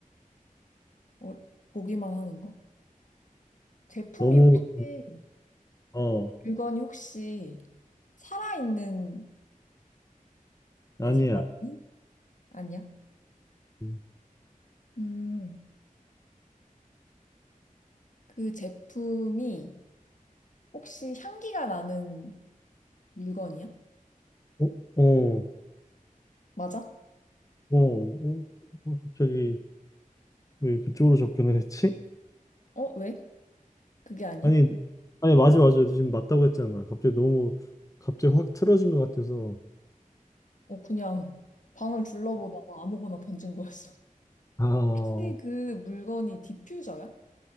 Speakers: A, on the left (about 60°); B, on the left (about 25°).
A: 어, 보기만 하는 거? 제품이
B: 너무,
A: 혹시,
B: 어,
A: 물건이 혹시 살아있는,
B: 아니야.
A: 아니, 살아있는? 아니야?
B: 음,
A: 음, 그 제품이 혹시 향기가 나는 물건이야?
B: 어, 어,
A: 맞아?
B: 어, 어, 어, 갑자기 왜 그쪽으로 접근을 했지?
A: 어, 왜? 그게 아니야?
B: 아니, 아니, 맞아, 맞아. 지금 맞다고 했잖아. 갑자기 너무, 갑자기 확 틀어진 것 같아서.
A: 어, 그냥 방을 둘러보다가 아무거나 던진 거였어. <laughs>
B: 아, 어,
A: 혹시 그 물건이 디퓨저야?